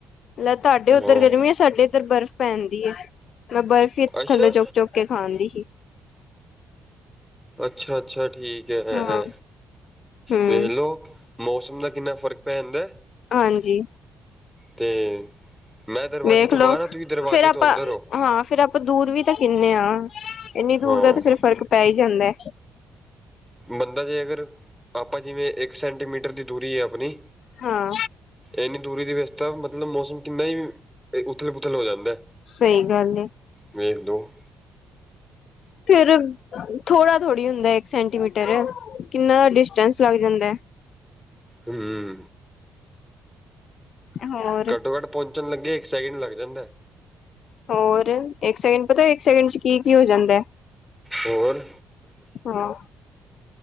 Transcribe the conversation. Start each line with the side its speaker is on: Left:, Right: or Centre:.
Left: ਲੈ ਤੁਹਾਡੇ
Centre: ਹਾਂ
Left: ਉੱਧਰ ਗਰਮੀ ਹੈ, ਸਾਡੇ ਇੱਧਰ ਬਰਫ਼ ਪੈਂਣ ਦੀ ਹੈ ਮੈਂ ਬਰਫ਼। ਫਰਿਜ
Centre: ਅੱਛਾ
Left: ਥੱਲੋਂ ਚੁੱਕ ਚੁੱਕ ਕੇ ਖਾਣ ਦੀ ਸੀ।
Centre: ਅੱਛਾ- ਅੱਛਾ ਠੀਕ ਹੈ,
Left: ਹਾਂ ਹੂੰ
Centre: ਵੇਖ ਲਓ। ਮੌਸਮ ਦਾ ਕਿੰਨਾ ਫ਼ਰਕ ਪੈ ਜਾਂਦਾ?
Left: ਹਾਂਜੀ।
Centre: ਤੇ ਮੈਂ ਦਰਵਾਜ਼ੇ
Left: ਵੇਖਲੋ,
Centre: ਤੋਂ ਬਾਹਰ ਹਾਂ ਤੁਸੀਂ ਦਰਵਾਜ਼ੇ
Left: ਫੇਰ ਆਪਾਂ
Centre: ਤੋਂ ਅੰਦਰ ਹੋ
Left: ਹਾਂ ਫੇਰ ਆਪਾਂ। ਆਪਾਂ ਦੂਰ ਵੀ ਤਾਂ ਕਿੰਨੇ ਆ ਇੰਨੀ ਦੂਰ
Centre: ਹਾਂ
Left: ਦਾ ਤੇ ਫੇਰ ਫ਼ਰਕ ਪੈ ਹੀ ਜਾਂਦਾ।
Centre: ਬੰਦਾ ਜੇ ਅਗਰ, ਆਪਾਂ ਜਿਵੇਂ ਇੱਕ ਸੈਂਟੀਮੀਟਰ ਦੀ ਦੂਰੀ ਹੈ ਆਪਣੀ।
Left: ਹਾਂ
Centre: ਇੰਨੀ ਦੂਰੀ ਦੀ ਵਿੱਚ ਤਾਂ ਮਤਲਬ ਮੌਸਮ ਕਿੰਨਾ ਹੀ ਉਥਲ ਪੁਥਲ ਹੋ ਜਾਂਦਾ।
Left: ਸਹੀ ਗੱਲ ਏ
Centre: ਵੇਖ ਲਓ
Left: ਫਿਰ। ਥੋੜ੍ਹਾ- ਥੋੜ੍ਹੀ ਹੁੰਦਾ, ਇੱਕ ਸੈਂਟੀਮੀਟਰ ਕਿੰਨਾ ਡਿਸਟੈਂਸ ਲੱਗ ਜਾਂਦਾ।
Centre: ਹਮ।
Left: ਹੋਰ
Centre: ਘੱਟੋ ਘੱਟ ਪਹੁੰਚਣ ਲੱਗੇ ਇੱਕ ਸੈਕਿੰਡ ਲੱਗ ਜਾਂਦਾ।
Left: ਹੋਰ ਇੱਕ ਸੈਕਿੰਡ ਪਤਾ ਇੱਕ ਸੈਕਿੰਡ ਚ ਕੀ ਕੀ ਹੋ ਜਾਂਦਾ।
Centre: ਹੋਰ।
Left: ਹਾਂ।